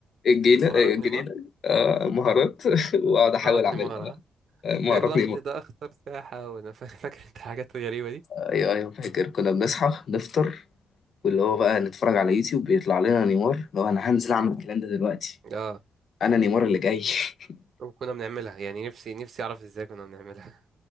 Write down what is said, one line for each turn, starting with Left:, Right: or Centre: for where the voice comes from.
Left: الجنينة الجنينة
Right: مهارات نيمار
Left: آه، مهارات <laughs> وأقعد أحاول
Right: مهارات
Left: أعملها
Right: نيمار
Left: بقى
Right: ها
Left: آه، مهارات
Right: ايه الرمل ده اخطر ساحة وانا <laughs> فا- فاكر انت الحاجات الغريبة دي
Left: ايوه ايوه فاكر كنا بنصحى نفطر واللي هو بقى نتفرج على يوتيوب بيطلع لنا نيمار لو انا هنزل اعمل الكلام ده دلوقتي
Right: اه
Left: انا نيمار اللي جاي <laughs>
Right: وكنا بنعملها يعني نفسي نفسي اعرف ازاي كنا بنعملها